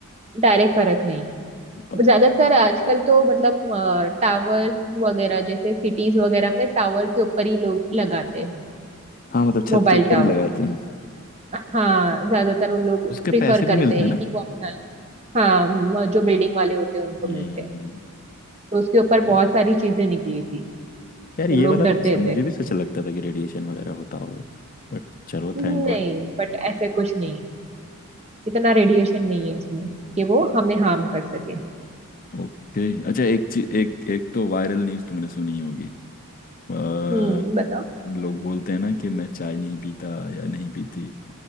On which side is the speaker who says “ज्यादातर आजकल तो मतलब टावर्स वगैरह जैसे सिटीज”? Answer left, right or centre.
Right